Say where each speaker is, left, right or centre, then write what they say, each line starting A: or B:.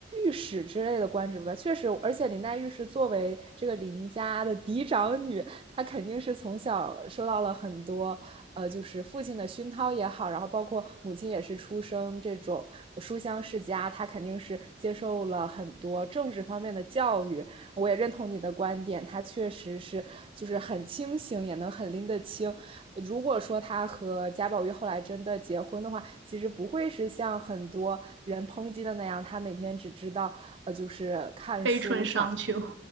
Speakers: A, on the right; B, on the right.
A: 御史之类的官职吧。确实，而且林黛玉是作为这个林家的嫡长女，他肯定是从小受到了很多，呃，就是父亲的熏陶也好，然后包括母亲也是出生这种书香世家，他肯定是接受了很多政治方面的教育。我也认同你的观点，他确实是就是很清醒，也能很拎得清。如果说他和贾宝玉后来真的结婚的话，其实不会是像很多人抨击的那样，他每天只知道呃就是看书、
B: 《悲春伤秋》。
A: 上。